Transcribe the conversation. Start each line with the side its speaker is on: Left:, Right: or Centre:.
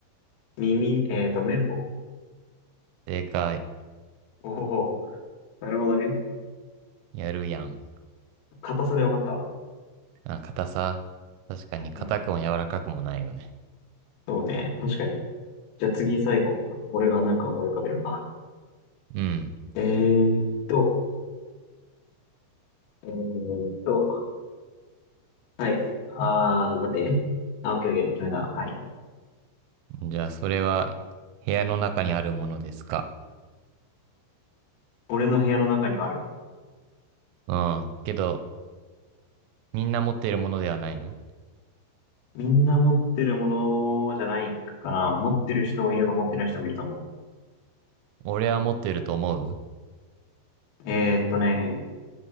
Left: ー、耳、えっと、綿棒。
Right: 正解。
Left: おほほ。なるほどね。
Right: やるやん。
Left: 硬さでわかったわ。
Right: あ、硬さ。確かに硬くも柔らかくもないよね。
Left: うん。そうね、確かに。じゃあ次最後、俺がなんか思い浮かべるか。
Right: うん。
Left: えーっと、えーっと、はい。あー、待って。あ、オッケーオッケー、決めた。はい。
Right: じゃあ、それは部屋の中にあるものですか。
Left: 俺の部屋の中にはある。
Right: うん。けど、みんな持っているものではないの
Left: みんな持ってるものじゃないかな。持ってる人もいれば持ってない人もいると思う。
Right: 俺は持っていると思う
Left: えーっとね、